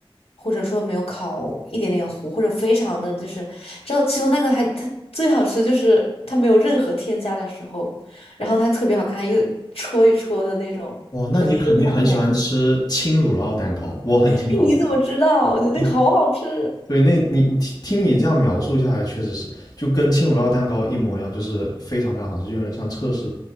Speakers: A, on the left; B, on the left.
A: 或者说没有烤一点点糊，或者非常的就是，知道戚风蛋糕它它最好吃就是它没有任何添加的时候，然后它特别好看，又戳一戳的那种很
B: 哇，那你肯定很喜欢吃轻乳酪蛋糕，
A: Q 弹的感觉。
B: 我很经常。
A: 哎，你怎么知道啊？我觉得那个好好吃。
B: 你可对那你听听你这样描述下来，确实是就跟轻乳酪蛋糕一模一样，就是非常非常好吃，就有点像测试